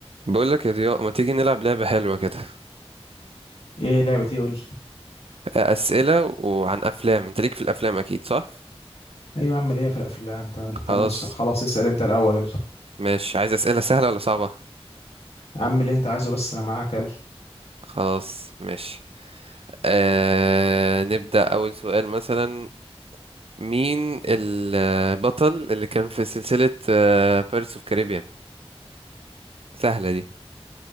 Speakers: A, on the right; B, on the left.
A: بقول لك يا ضياء ما تيجي نلعب لعبة حلوة كده
B: ايه لعبة ايه قول لي
A: آه، أسئلة وعن أفلام أنت ليك في الأفلام أكيد صح؟
B: ايوه يا عم ليه في الافلام تعالى تعالى
A: خلاص
B: بص خلاص اسأل انت الاول يلا
A: ماشي عايز أسئلة سهلة ولا صعبة؟
B: يا عم اللي انت عايزه بس انا معاك يلا
A: خلاص ماشي آه... نبدأ أول سؤال مثلا مين البطل اللي كان في سلسلة بيرس اوف كاريبيان؟ سهلة دي